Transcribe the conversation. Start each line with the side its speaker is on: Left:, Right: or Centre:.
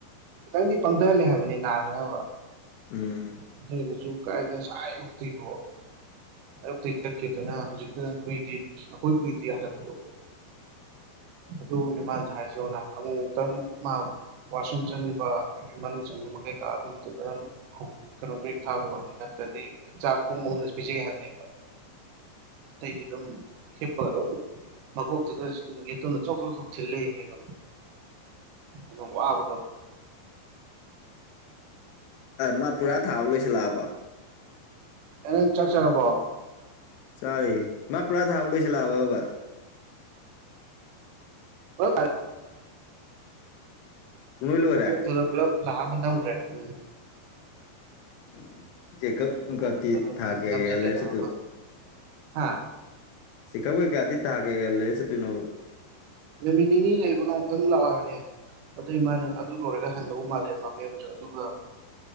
Right: ꯈꯤꯇꯪꯗꯤ ꯄꯪꯊꯍꯜꯂꯦ ꯍꯥꯏꯕꯅꯤ ꯅꯥꯗꯅꯕ
Left: ꯎꯝ
Right: ꯑꯗꯨꯔꯁꯨ ꯑꯞꯛꯇ ꯆꯠꯀꯦꯗꯅ ꯍꯧꯖꯤꯛꯇ ꯑꯩꯈꯣꯏꯗꯤ ꯑꯩꯈꯣꯏ ꯀꯨꯏꯗ ꯍꯜꯂꯛꯄꯗꯣ ꯑꯗꯨꯅꯦꯃꯥꯟ ꯊ ꯍꯥꯏꯁꯤꯦ ꯑꯣꯂꯥ ꯑꯃꯨ ꯑꯃꯨꯛꯇꯪ ꯃꯥ ꯋꯥꯁꯔꯨꯝ ꯆꯅꯤꯡ ꯑꯗꯨꯗꯒꯤ ꯃꯅꯨꯡ ꯆꯟꯕ ꯀꯩꯀꯥ ꯑꯗꯨꯗꯨꯗ ꯀꯩꯅꯣ ꯭ꯔꯦꯛ ꯊꯥꯕꯒꯤ ꯋꯥꯅꯤ ꯅꯠꯇ꯭ꯔꯗꯤ ꯆꯥꯛ ꯄꯨꯡ ꯑꯍꯨꯝꯗꯁꯨ ꯄꯤꯖꯩ ꯍꯥꯏꯕꯅꯤ ꯇꯩꯗꯤꯒꯝ ꯍꯦꯄꯔꯣ ꯃꯀꯣꯛꯇꯨꯗ ꯑꯗꯨꯅ ꯆꯣꯛ ꯆꯣꯛ ꯆꯣꯛ ꯊꯤꯂꯛꯏꯅꯦ ꯑꯗꯨꯝ ꯑꯗꯨꯝ ꯋꯥꯕꯗꯣ
Left: ꯃꯥ ꯄꯨꯔꯥ ꯊꯥꯕ ꯂꯣꯏꯁꯤꯜꯂꯛꯑꯕꯣ
Right: ꯑꯦ ꯅꯪ ꯆꯥꯛ ꯆꯉꯔꯕꯣ
Left: ꯆꯔꯤꯦ ꯃꯥ ꯄꯨꯔꯥ ꯊꯥꯕ ꯂꯣꯏꯁꯤ ꯂꯥꯑꯕꯕꯕꯥ
Right: ꯑꯣ
Left: ꯄꯨꯡꯂꯣꯏ ꯂꯣꯏꯔꯦ
Right: ꯃꯀꯣꯛꯇꯨꯗ ꯄꯨꯂꯞ ꯂꯥꯛꯑ ꯑꯃ ꯅꯝꯈ꯭ꯔꯦ ꯎꯝ
Left: ꯎꯝ ꯆꯦꯛꯀꯞ ꯅꯨꯡꯀꯞꯇꯤ
Right: ꯃꯀꯣꯛꯇꯨꯗ
Left: ꯊꯥ ꯀꯦꯒꯦ
Right: ꯅꯝꯁꯤꯜꯂꯦ
Left: ꯂꯩꯔꯁꯨꯠꯇ
Right: ꯂꯥꯛ ꯑꯃ ꯍꯥ
Left: ꯁꯤꯀꯛ ꯀꯩ ꯀꯥꯗꯤ ꯊꯥꯒꯦꯒꯜꯂꯦ ꯆꯠꯇꯣꯏꯅꯣ
Right: ꯅꯨꯃꯤꯠ ꯅꯤꯅꯤ ꯂꯩꯕꯒ ꯑꯃꯨꯛꯇꯪ ꯂꯥꯛꯑꯣꯕꯅꯦ ꯑꯗꯨ ꯏꯃꯅ ꯑꯗꯨ ꯂꯣꯏꯔꯒ ꯍꯟꯗꯎ ꯃꯥꯜꯂꯦ ꯃ ꯃꯦꯝꯁꯨ ꯑꯗꯨꯒ